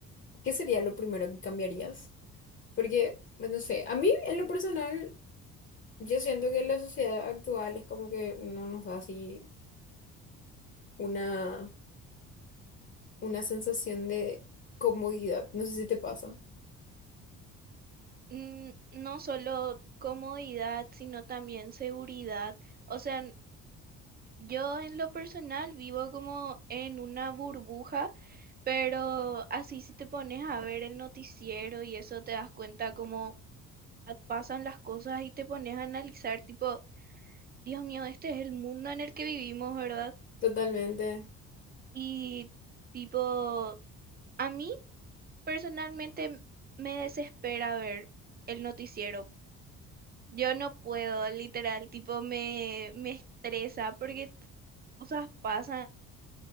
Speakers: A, on the left (about 35°); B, on the right (about 30°).
A: ¿Qué sería lo primero que cambiarías? Porque, pues, no sé, a mí en lo personal, yo siento que la sociedad actual es como que no nos da así una, una sensación de comodidad. No sé si te pasa.
B: Mm, no solo comodidad, sino también seguridad. O sea, Yo en lo personal vivo como en una burbuja, pero así si te pones a ver el noticiero y eso te das cuenta cómo pa- pasan las cosas y te pones a analizar tipo, Dios mío, este es el mundo en el que vivimos, ¿verdad?
A: Totalmente.
B: Y tipo, a mí personalmente m- me desespera ver el noticiero. Yo no puedo, literal, tipo, me, me estresa porque cosas pasan,